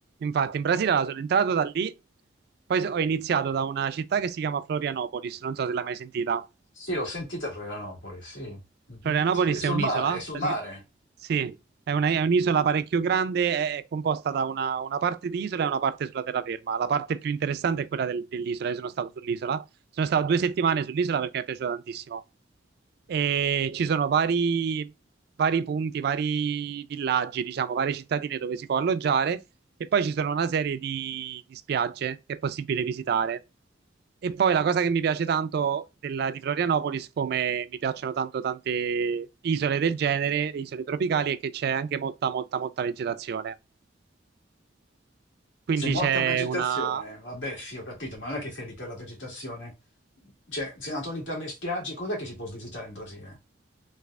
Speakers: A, on the right (about 55°); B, on the left (about 80°).
A: infatti, in Brasile allora, sono entrato da lì, poi so, ho iniziato da una città che si chiama Florianopolis, non so se l'hai mai sentita.
B: Sì, l'ho sentita Florianopoli, sì. Mhm.
A: Florianopoli
B: È sul
A: è un'isola?
B: mare, è sul
A: pratica-
B: mare.
A: Sì, è una- è un'isola parecchio grande, è, è composta da una, una parte di isola e una parte sulla terraferma. La parte più interessante è quella del- dell'isola, io sono stato sull'isola, sono stato due settimane sull'isola perché mi è piaciuto tantissimo. E ci sono vari, vari punti, vari villaggi, diciamo, varie cittadine dove si può alloggiare e poi ci sono una serie di, di spiagge che è possibile visitare. E poi la cosa che mi piace tanto della- di Florianopolis, come mi piacciono tanto tante isole del genere, le isole tropicali, è che c'è anche molta, molta, molta vegetazione. Quindi
B: C'è molta
A: c'è
B: vegetazione.
A: una...
B: Vabbè, sì, ho capito, ma non è che sei lì per la vegetazione. Cioè, sei andato lì per le spiagge, cos'è che si può visitare in Brasile?